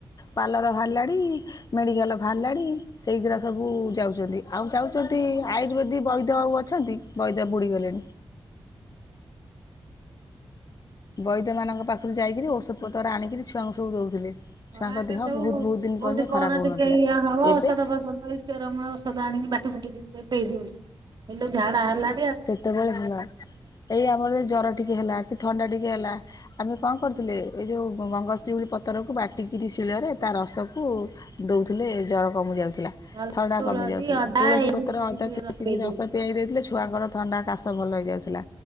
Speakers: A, on the left; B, on the right.
A: ପାର୍ଲର ବାହାରିଲାଣି, ମେଡ଼ିକାଲ ବାହାରିଲାଣି, ସେଇଗିଡ଼ା ସବୁ ଯାଉଚନ୍ତି। ଆଉ ଯାଉଚନ୍ତି ଆୟୁର୍ବେଦିକ ବଇଦ ଆଉ ଅଛନ୍ତି? ବଇଦ ବୁଡି ଗଲେଣି। ବଇଦମାନଙ୍କ ପାଖରୁ ଯାଇକିରି ଔଷଧ ପତ୍ର ଆଣିକିରି ଛୁଆଙ୍କୁ ସବୁ ଦଉଥିଲେ। ଛୁଆଙ୍କ
B: ହଁ ଆଗେ
A: ଦେହ
B: ସବୁ
A: ବହୁତ ବହୁତ ଦିନ
B: କୋଉଠି
A: ପର୍ଯ୍ୟନ୍ତ
B: କଣ
A: ଖରାପ ହଉନଥିଲା।
B: ଟିକେ ଇଏ ହବ
A: ଏବେ
B: ଔଷଧ ଫସଦ ହେଇ ଚେରମୂଳ ଔଷଧ ଆଣିକି ବାଟି ବୁଟିକି <unintelligible> ପେଇ ଦିଅନ୍ତି। ହେଇଲୋ ଝାଡ଼ା ହେଲା
A: ସେତେବେଳେ ଭଲ ହବ। ଏଇ ଆମର ଏ ଜର ଟିକେ ହେଲା କି ଥଣ୍ଡା ଟିକେ ହେଲା ଆମେ କଣ କରୁଥିଲେ, ଏଇ ଯୋଉ ଗଙ୍ଗଶିଉଳି ପତରକୁ ବାଟିକିରି ଶିଳରେ ତାର ରସକୁ ଦଉଥିଲେ ଜର କମି ଯାଉଥି
B: ନହେଲେ
A: ଥଣ୍ଡା
B: ତୁଳସୀ
A: କମି ଯାଉଥିଲା
B: ଅଦା
A: ତୁଳସୀ
B: ଏଇ
A: ପତ୍ର ଅଦା ଛେଚିକି
B: ପେଇ
A: ରସ
B: ଦଉଛନ୍ତି
A: ପିଆଇ ଦେଇଥିଲେ ଛୁଆଙ୍କର ଥଣ୍ଡା କାଶ ଭଲ ହେଇଯାଉଥିଲା